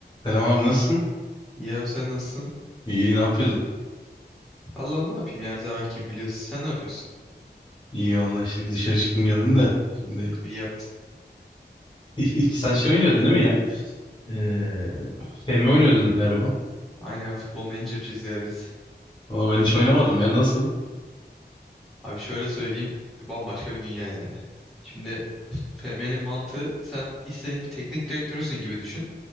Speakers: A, on the left (about 25°); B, in the centre.
A: Selam abi nasılsın?
B: İyi abi sen nasılsın?
A: İyi ne yapıyordun?
B: Allah ne yapayım ya, her zamanki gibi biliyorsun. Sen ne yapıyorsun?
A: İyi valla işte bir dışarı çıktım geldim de. Şimdi
B: İyi yaptın.
A: <laughs> sen şey oynuyordun değil mi ya? Ee, FM oynuyordun galiba.
B: Aynen ya, futbol menajerciyiz ya biz.
A: Ama ben hiç oynamadım ya nasıl?
B: Abi şöyle söyleyeyim. Bambaşka bir dünya yani. Şimdi FM'nin mantığı sen istediğin bir teknik direktörsün gibi düşün.